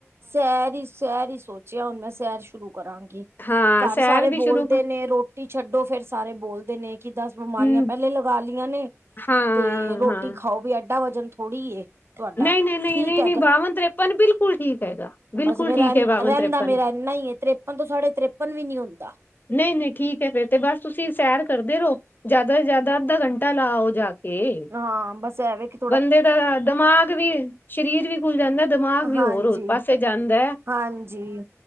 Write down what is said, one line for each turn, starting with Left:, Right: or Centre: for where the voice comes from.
Right: ਸੈਰ ਈ, ਸੈਰ ਈ ਸੋਚੇਆ ਹੁਣ ਮੈਂ ਸੈਰ ਸ਼ੁਰੂ ਕਰਾਗੀ।
Left: ਹਾਂ
Right: ਘੱਰ
Left: ਸੈਰ
Right: ਸਾਰੇ
Left: ਵੀ
Right: ਬੋਲਦੇ
Left: ਸ਼ੁਰੂ ਕਰ
Right: ਨੇ ਰੋ ਟੀ ਛੱਡੋ ਫੇਰ ਸਾਰੇ ਬੋਲਦੇ ਨੇ ਕਿ ਦੱਸ ਬਿਮਾਰੀਆਂ
Left: ਹਮ
Right: ਪੈਲੇ ਲਗਾ ਲਈਆਂ ਨੇ
Left: ਹਾਂ
Right: ਤੇ ਰੋਟੀ
Left: ਹਾਂ
Right: ਖਾਓ ਵੀ ਐਡਾ ਵਜਨ ਥੋੜੀ ਏ। ਤੁਹਾਡਾ
Left: ਨਈ, ਨਈ, ਨਈ,
Right: ਠੀਕ
Left: ਨਈ, ਨਈ ਬਾਵਨ-ਤ੍ਰਰੇਪਨ ਬਿਲਕੁਲ ਠੀਕ ਹੈਗਾ। ਬਿਲਕੁਲ
Right: ਬੱਸ ਫੇਰ
Left: ਠੀਕ
Right: ਐਂ
Left: ਹੈ ਬਾਵਨ
Right: ਰੈੰਦਾ
Left: ਤਿਰਪਨ
Right: ਮੇਰਾ ਐਨਾ ਈ ਏ, ਤਰੇਪਨ ਤੋਂ ਸਾਡੇ ਤਰੇਪਨ ਵੀ ਨੀ ਹੁੰਦਾ।
Left: ਨਈ-ਨਈ ਠੀਕ ੲੈ ਫੇਰ ਤੇ ਬੱਸ ਤੁਸੀਂ ਸੈਰ ਕਰਦੇ ਰੋ ਜਾਦਾ ਤੋਂ ਜਾਦਾ ਅੱਧਾ ਘੰਟਾ ਲਾਓ ਜਾ ਕੇ।
Right: ਆਂ ਬੱਸ ਐਵੇਂ ਕ।
Left: ਬੰਦੇ ਦਾ ਦਮਾਗ ਵੀ, ਸਰੀਰ ਵੀ ਖੁੱਲ ਜਾਂਦਾ, ਦਮਾਗ ਵੀ
Right: ਹਾਂਜੀ
Left: ਹੋਰ, ਹੋ ਪਾਸੇ ਜਾਂਦੈ
Right: ਹਾਂਜੀ,